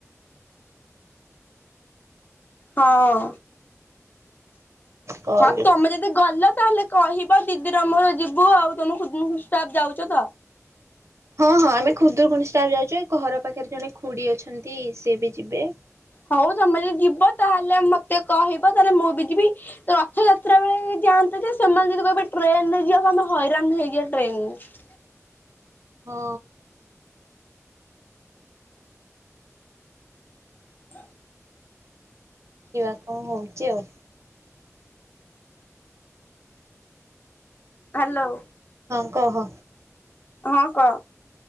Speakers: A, on the left; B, on the right.
A: ହଁ
B: କଲ୍
A: ହଁ ତମେ ଯଦି ଯଦି ଗଲ ତାହେଲେ କହିବ ଦିଦିର ମୋର ଯିବୁ ଆଉ ତମକୁ ମୁଁ ଷ୍ଟାଫ୍ ଯାଉଛ ତ?
B: ହଁ ହଁ ଆମେ ଖୁଦୁୁରକୁୁଣି ଷ୍ଟାଫ୍ ଯାଉଛୁ ଏଇ ଘର ପାଖରେ ଜଣେ ଖୁଡ଼ି ଅଛନ୍ତି ସିଏ ବି ଯିବେ।
A: ହଉ ତମେ ଯଦି ଯିବ ତାହେଲେ ମତେ କହିବ ତାହେଲେ ମୁଁ ବି ଯିବି। ରଥଯାତ୍ରା ବେଳେ ଯାଆନ୍ତେ ଯେ ସେମାନେ ଯଦି କହିବେ ଟ୍ରେନରେ ଯିବାକୁ ଆମେ ହଇରାଣ ହେଇଯିବା ଟ୍ରେନରେ।
B: ହଁ।
A: ହ
B: ଖିବା କଣ ହଉଛି ଆଉ?
A: ହ୍ୟାଲୋ।
B: ହଁ କହ।
A: ହଁ କ।